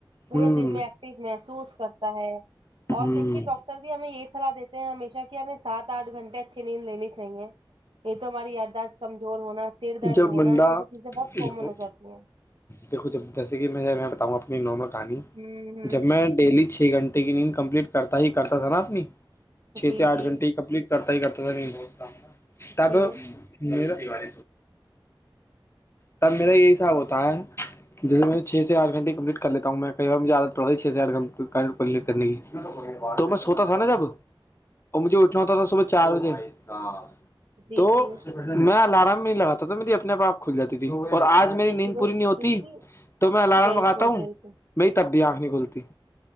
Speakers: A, on the right; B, on the left.
A: پورے
B: ہوں
A: دن میں ایکٹیو محسوس کرتا ہے اور
B: ہوں
A: دیکھیے ڈاکٹر بھی ہمیں یہی سلاح دیتے ہیں ہمیشہ کہ ہمیں سات آٹھ گھنٹے اچھیے نیند لینی چاہیے نہیں تو ہماری یاداشت کمزور ہونا سر درد
B: جب
A: ہونا
B: بندہ
A: یہ سب چیزیں بہت کامن
B: دیکھو
A: ہو جاتی ہیں
B: دیکھو جب جیسے کہ میں میں بتاؤں اپنی نارمل کہانی
A: ہوں ہوں
B: جب میں میں ڈیلی چھ گھٹے کی کمپلیٹ کرتا ہی کرتا تھا نا اپنی چھ
A: جی
B: سے آھ
A: جی
B: گھنٹے کی کمپلیٹ میں کرتا ہی کرتا تھا نہیں بہ تھا تب
A: جی
B: م تب میرا یہی حساب ہوتا ہے جیسے میں چھ سے آٹھ گنٹے کمپلیٹ کر لیتا ہوں میں کئی بارجھے آادت پڑ چھز کرنے کی تو میں سوتا تھا نا جب اور مجھے اٹھنا ہوتا تھا صبح چار بجے بھائی صاحب
A: جی
B: تو
A: جی
B: میں الام نہیں لگاتا تھا تو میرا اپنے پاپ کھل جاتا اور آج میری
A: دیکھیے
B: نیند
A: بھائی
B: پوری نہیں ہوتی
A: دیکھیے
B: تو میں لگاتا
A: بالکل
B: ہوں
A: بالکل
B: میری تب بھی نہیں انکھ کھلتی ہے